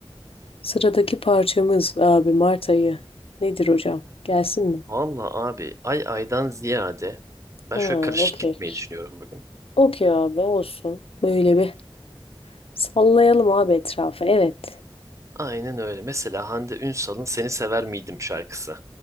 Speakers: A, on the left; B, on the right.
A: sıradaki parçamız abi Mart ayı. Nedir hocam? Gelsin mi?
B: Valla abi ay aydan ziyade ben
A: Ha,
B: şöyle karışık
A: okey.
B: gitmeyi düşünüyorum bugün.
A: Okey abi olsun. Böyle bir sallayalım abi etrafı. Evet.
B: Aynen öyle. Mesela Hande Ünsal'ın Seni Sever Miydim şarkısı.